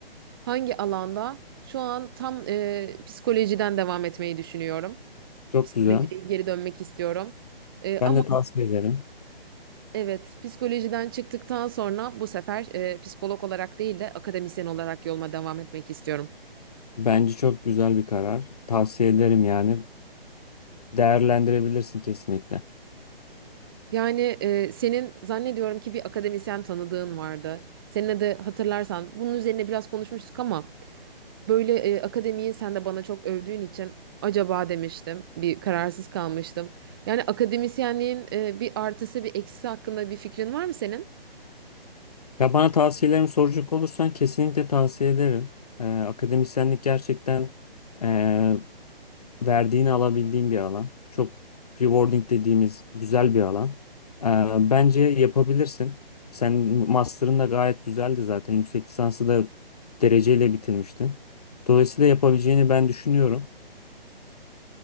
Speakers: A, on the right (about 25°); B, on the left (about 40°).
A: Hangi alanda? Şu an tam e, psikolojiden devam etmeyi düşünüyorum.
B: Çok
A: Psikolojiye
B: güzel.
A: geri dönmek istiyorum. E,
B: Ben
A: ama
B: de tavsiye ederim.
A: evet psikolojiden çıktıktan sonra bu sefer e, psikolog olarak değil de akademisyen olarak yoluma devam etmek istiyorum.
B: Bence çok güzel bir karar. Tavsiye ederim yani. Değerlendirebilirsin kesinlikle.
A: Yani e, senin zannediyorum ki bir akademisyen tanıdığın vardı. Seninle de hatırlarsan bunun üzerine biraz konuşmuştuk ama Böyle e, akademiyi sen de bana çok övdüğün için acaba demiştim. Bir kararsız kalmıştım. Yani akademisyenliğin e, bir artısı bir eksisi hakkında bir fikrin var mı senin?
B: Ya bana tavsiyelerimi soracak olursan kesinlikle tavsiye ederim. Ee, akademisyenlik gerçekten ee, verdiğini alabildiğim bir alan. Çok rewarding dediğimiz güzel bir alan. Ee, bence yapabilirsin. Sen master'ın da gayet güzeldi zaten. Yüksek lisansı da dereceyle bitirmiştin. Dolayısıyla yapabileceğini ben düşünüyorum.